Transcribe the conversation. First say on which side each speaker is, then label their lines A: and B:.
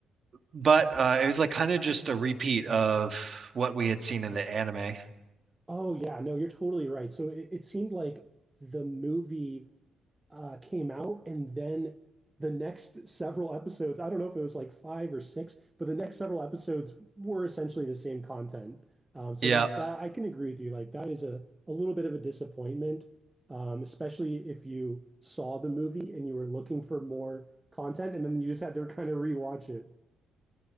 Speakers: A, on the right (about 50°); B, on the right (about 15°).
A: but uh it was like kind of just a repeat of what we had seen in the anime.
B: Oh yeah, no, you're totally right. So it, it seemed like the movie uh, came out, and then the next several episodes, I don't know if it was like five or six, but the next several episodes were essentially the same content. Um, so
A: Yeah.
B: that that I can agree with you. Like that is a a little bit of a disappointment, um, especially if you saw the movie and you were looking for more content, and then you just had to kind of rewatch it.